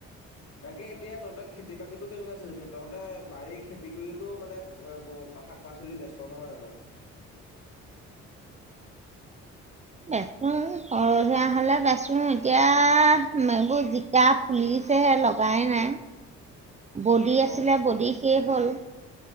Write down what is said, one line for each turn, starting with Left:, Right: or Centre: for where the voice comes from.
Left: তাকে এতিয়া তহঁতক খেতি বাতিবোৰ কেনেকুৱা চলিছে তহঁতে বাৰী খেতি কৰিওতো মানে শাক পাচলি বেচ নহয় জানো?
Right: বেচো সৰহীয়া হলে বেচো এতিয়া এইবোৰ জিকা ফুলিছেহে লগাই নাই? বডি
Left: অ',
Right: আছিলে বডি শেষ হ'ল।